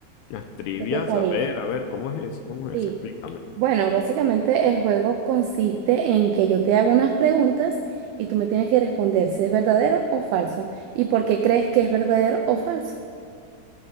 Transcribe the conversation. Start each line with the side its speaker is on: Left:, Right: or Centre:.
Left: Las trivias,
Right: ¿Qué te parece?
Left: a ver, a ver, ¿cómo es eso? ¿Cómo
Right: Sí.
Left: es eso? Explícame.
Right: Bueno, básicamente el juego consiste en que yo te hago unas preguntas y tú me tienes que responder si es verdadero o falso y por qué crees que es verdadero o falso.